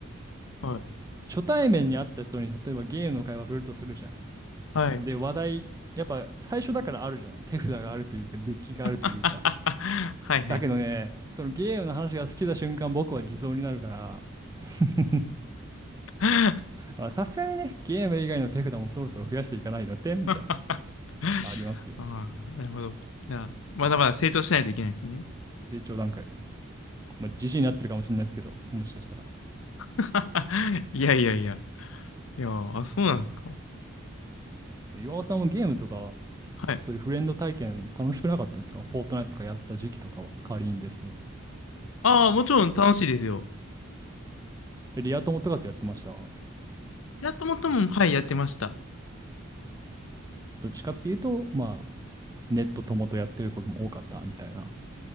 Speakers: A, on the left; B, on the right.
A: はい。
B: 初対面に会った人に例えばゲームの会話振るとするじゃん。
A: はい。
B: で、話題、やっぱ最初だからあるじゃない。手札があるというか、デッキがあるというか。
A: <laughs> はいはい。
B: だけどね、そのゲームの話が好きな瞬間、僕は地蔵になるから、<laughs>
A: <laughs>
B: あさすがにね、ゲーム以外の手札もそろそろ増やしていかないのってみたい
A: あ
B: な、ありますよ。
A: あ、なるほど。じゃあ、まだまだ成長しないといけないですね。
B: 成長段階です。まあ、じじいになってるかもしれないですけど、もしかしたら。
A: <laughs> いやいやいや。いや、あ、そうなんですか。
B: で岩尾さんもゲームとか、
A: はい。
B: そういうフレンド体験楽しくなかったですかフォートナイトとかやってた時期とかは、仮にですけど。
A: ああ、もちろん楽しいですよ。
B: えリア友とかってやってました
A: やっともっとも、はい、やってました。
B: どっちかっていうと、まあ、ネット友とやってることも多かったみたいな。